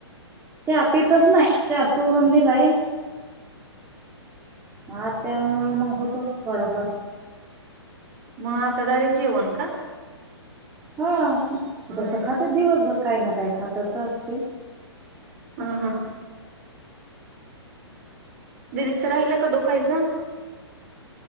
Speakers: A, on the right; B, on the right.
A: चहा पितच नाई... चहा सोडून दिलाय हा... त्यामुळे मग होतो... थोडाफार
B: मग आता डायरेक्ट जेवण का?
A: हा...
B: होय
A: तसं खाते दिवसभर काय ना काय खातच असते
B: हा हा... दिदीचं राहिलं का दुखायचं?